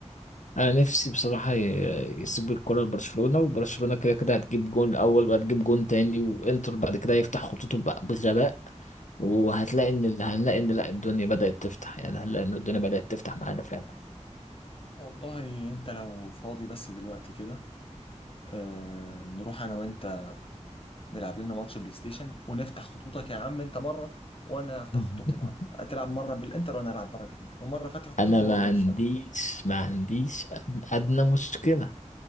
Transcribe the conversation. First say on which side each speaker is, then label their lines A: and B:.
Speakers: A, on the left; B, on the left.
A: انا نفسي بصراحه ي- يسيب الكره لبرشلونه وبرشلونه كده كده هتجيب جون اول وهتجيب جون تاني وانتر بعد كده يفتح خطوطه بقى بغباء وهتلاقي ان ال- هنلاقي ان لا الدنيا بدات تفتح يعني هنلاقي ان الدنيا بدات تفتح معانا فعلا
B: والله انت لو فاضي بس دلوقتي كده آه نروح انا وانت نلعب لنا ماتش بلاي ستيشن ونفتح خطوطك يا عم انت مره وانا افتح
A: <laughs>
B: خطوطي مره هتلعب مره بالانتر وانا العب مره بالانتر ومره فاتح خطوط
A: انا
B: ومره
A: ما عنديش
B: مش فاتح
A: ما عنديش أد- ادنى مشكله